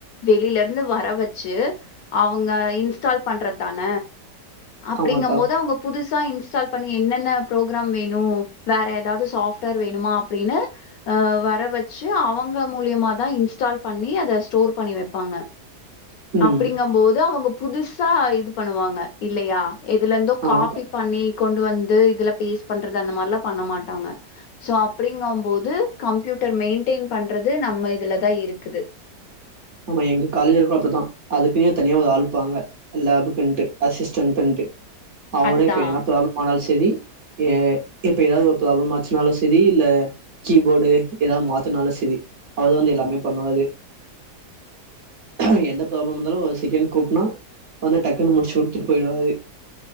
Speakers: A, on the left (about 70°); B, on the right (about 55°).
A: வெளில இருந்து வர வச்சி அவுங்க இன்ஸ்டால் பண்றது தான அப்டிங்கம்போது
B: ஆமாக்கா
A: அவுங்க புதுசா இன்ஸ் இன்ஸ்டால் பண்ணி என்னென்ன ப்ரோக்ராம் வேணு வேற ஏதாவது சாஃப்ட்வேர் வேணுமா அப்டின்னு ஆ வர வச்சி அவங்க மூலியமாதா இன்ஸ்டால் பண்ணி அத ஸ்டோர் பண்ணி வைப்பாங்க
B: ம்
A: அப்டிங்கம்போது அவுங்க புதுசா இது பண்ணுவாங்க இல்லையா எதுல இருந்தோ காபி
B: ஆமா
A: பண்ணி கொண்டு வந்து இதுல பேஸ்ட் பண்றது அந்த மாரிலா பண்ண மாட்டாங்க சோ அப்டிங்கம்போது கம்பீயூட்டர் மெயின்டெயின் பண்றது நம்ம இதுல தா இருக்குது
B: ஆமா எங்க காலேஜ்க்கு அப்டித்தா அதுக்குன்னே தனியா ஒரு ஆள் இருப்பாங்க லேப்புக்குன்ட்டு அசிஸ்டன்டுட்டு அவுங்கதா
A: அதுதான்
B: இப்ப என்ன ப்ராப்ளம் ஆனாலு செரி ஏ இப்ப ஏதாவது ஒரு ப்ராப்ளம் ஆச்சினாலு செரி இல்ல கீபோர்டு ஏதாவது மாத்தனாலு சரி அவர்தா வந்து எல்லாமே பண்ணுவாரு ஆ எந்த ப்ராப்ளம் இருந்தாலு ஒரு செக்கேண்டு கூப்டன்னா வந்து டக்குன்னு முடிச்சி குடுத்துட்டு போயிடுவாறு